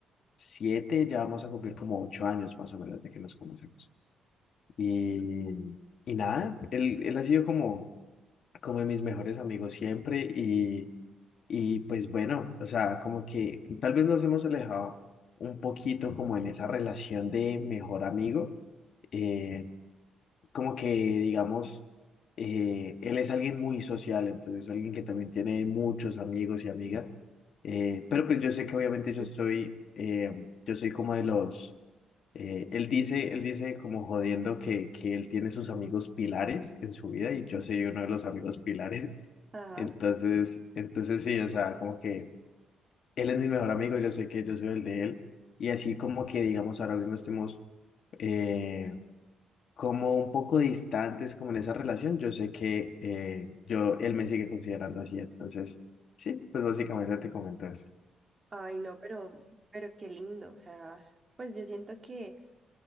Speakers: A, on the left (about 60°); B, on the right (about 30°).
A: siete, ya vamos a cumplir como ocho años más o menos de que nos conocemos. Y, y nada, él, él ha sido como, como de mis mejores amigos siempre y, y pues bueno, o sea, como que tal vez nos hemos alejado un poquito como en esa relación de mejor amigo, eh, como que digamos, eh, él es alguien muy social, entonces alguien que también tiene muchos amigos y amigas, eh, pero pues yo sé que obviamente yo
B: Sí.
A: soy, eh, yo soy como de los eh, él dice, él dice como jodiendo que, que él tiene sus amigos pilares en su vida y yo soy uno de los amigos pilares. <laughs>
B: Ajá.
A: Entonces, entonces sí, o sea, como que él es mi mejor amigo, yo sé que yo soy el de él. Y así como que, digamos, ahora mismo estemos eh, como un poco distantes como en esa relación, yo sé que eh, yo, él me sigue considerando así. Entonces, sí, pues básicamente te comento eso.
B: Ay, no, pero, pero qué lindo. O sea, pues yo siento que